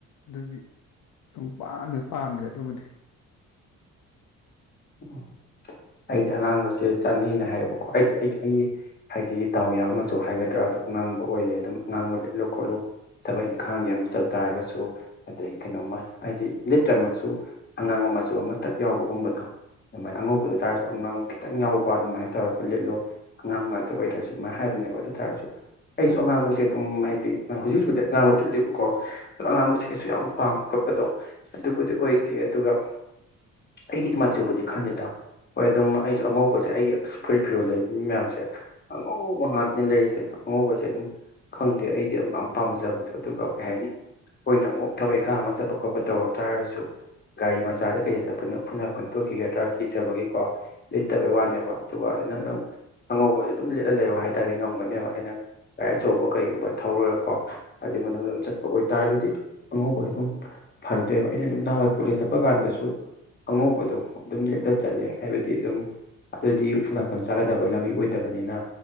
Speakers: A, on the left (about 75°); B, on the left (about 35°).
A: ꯑꯗꯨꯗꯤ ꯁꯨꯝ ꯄꯝꯃꯦ ꯄꯥꯝꯗ꯭ꯔꯦ ꯑꯗꯨꯃꯗꯤ
B: ꯎꯝ ꯑꯩꯗꯤ ꯑꯉꯥꯡꯕꯁꯦ ꯆꯥꯅꯩꯅ ꯍꯥꯏꯌꯦꯕꯀꯣ ꯍꯥꯏꯗꯤ ꯑꯩ ꯑꯩꯒꯤ ꯍꯥꯏꯗꯤ ꯗꯥꯎ ꯌꯥꯕ ꯃꯆꯨ ꯍꯥꯏꯒꯗ꯭ꯔꯥ ꯑꯗꯣ ꯑꯉꯥꯡꯕ ꯑꯣꯏꯔꯦ ꯑꯗꯨꯝ ꯑꯉꯥꯡꯕ ꯂꯤꯠꯂꯨ ꯈꯣꯠꯂꯨ ꯊꯕꯛ ꯏꯪꯈꯥꯡꯒꯤ ꯑꯃ ꯆꯠ ꯇꯥꯔꯒꯁꯨ ꯑꯗꯗꯒꯤ ꯀꯩꯅꯣꯝꯃ ꯍꯥꯏꯗꯤ ꯂꯤꯠꯇ꯭ꯔꯃꯛꯁꯨ ꯑꯉꯥꯡꯕ ꯃꯆꯨ ꯑꯃ ꯇꯠ ꯌꯥꯎꯕꯒꯨꯝꯕꯗꯣ ꯑꯗꯨꯃꯥꯏꯅ ꯑꯉꯧꯕ ꯑꯣꯏꯇꯥꯔꯁꯨ ꯑꯉꯥꯡ ꯈꯤꯇꯪ ꯌꯥꯎꯕ ꯑꯗꯨꯃꯥꯏꯅ ꯇꯧꯔꯒ ꯂꯤꯠꯂꯣ ꯑꯉꯝ ꯉꯥꯛꯇ ꯑꯣꯏꯗ꯭ꯔꯁꯨ ꯑꯗꯨꯃꯥꯏꯅ ꯍꯥꯏꯕꯅꯦꯕ ꯑꯗꯨ ꯇꯥꯔꯁꯨ ꯑꯩꯁꯨ ꯑꯉꯥꯡꯕꯁꯦ ꯑꯗꯨꯝ ꯍꯥꯏꯗꯤꯥꯡ ꯍꯧꯖꯤꯛ ꯍꯧꯖꯤꯛꯄꯕꯨꯗꯤ ꯑꯉꯥꯡꯕ ꯇꯤꯠꯂꯤꯕꯀꯣ ꯑꯗꯣ ꯑꯉꯥꯡꯕꯁꯦ ꯀꯩꯁꯨ ꯌꯥꯝ ꯄꯥꯝꯃꯦ ꯈꯣꯠꯄꯗꯣ ꯑꯗꯨꯕꯨꯗꯤ ꯑꯣꯏꯗꯦ ꯑꯗꯨꯒ ꯑꯩꯒꯤꯗꯤ ꯃꯆꯨꯕꯨꯗꯤ ꯈꯟꯗꯦꯗ ꯍꯣꯏ ꯑꯗꯨꯝ ꯑꯩꯁꯨ ꯑꯉꯧꯕꯁꯦ ꯑꯩꯒꯤ ꯑꯁ ꯐꯨꯔꯤꯠ ꯐꯤꯔꯣꯜ ꯂꯩꯕ ꯃꯤ ꯃꯌꯥꯝꯁꯦ ꯑꯉꯧꯕ ꯉꯥꯛꯇꯅꯦ ꯂꯩꯔꯤꯁꯦ ꯑꯉꯧꯕꯁꯦ ꯑꯗꯨꯝ ꯈꯪꯗꯦ ꯑꯩꯗꯤ ꯄꯥꯝꯖꯕꯗꯣ ꯑꯗꯨꯒ ꯀꯩ ꯍꯥꯏꯅꯤ ꯑꯩꯈꯣꯏꯅ ꯑꯃꯨꯛ ꯊꯕꯛ ꯏꯈꯥꯡ ꯑꯃ ꯆꯠꯄ ꯈꯣꯠꯄ ꯇꯧꯔꯨ ꯇꯥꯔꯁꯨ ꯒꯥꯔꯤ ꯃꯆꯥꯗ ꯀꯩꯗ ꯆꯠꯄꯟ ꯎꯐꯨꯟ ꯋꯥꯏꯐꯨꯟ ꯇꯣꯛꯈꯤꯒꯗꯦ ꯈ꯭ꯔ ꯀꯤꯖꯕꯒꯤꯀꯣ ꯂꯤꯠꯇꯕꯩ ꯋꯥꯅꯦꯕ ꯑꯗꯨꯒ ꯑꯩꯅ ꯅꯪ ꯑꯉꯧꯕꯁꯨ ꯑꯗꯨꯝ ꯂꯤꯠꯂ ꯂꯩꯌꯣ ꯍꯥꯏꯇꯥꯔꯦ ꯉꯝꯒꯅꯦꯕ ꯑꯩꯅ ꯥꯏ ꯑꯆꯧꯕ ꯀꯩꯒꯨꯝꯕ ꯊꯧꯔꯒ ꯀꯣ ꯍꯥꯏꯗꯤ ꯃꯅꯨꯡꯗ ꯑꯗꯨꯝ ꯆꯠꯄ ꯑꯣꯏꯇꯥꯥꯔꯒꯗꯤ ꯑꯉꯧꯕꯁꯦ ꯑꯗꯨꯝ ꯐꯖꯗꯣꯏꯕ ꯑꯩꯅ ꯑꯗꯨꯝ ꯅꯍꯥꯟꯋꯥꯏ ꯀꯣꯂꯦꯖ ꯆꯠꯄ ꯀꯥꯟꯗꯁꯨ ꯑꯉꯧꯕꯗꯣ ꯑꯗꯨꯝ ꯂꯤꯠꯂ ꯆꯠꯂꯦ ꯍꯥꯏꯕꯗꯤ ꯑꯗꯨꯝ ꯑꯗꯨꯗꯤ ꯎꯐꯨꯜ ꯅꯥꯄꯜ ꯆꯥꯒꯗꯕ ꯂꯝꯕꯤ ꯑꯣꯏꯗꯕꯅꯤꯅ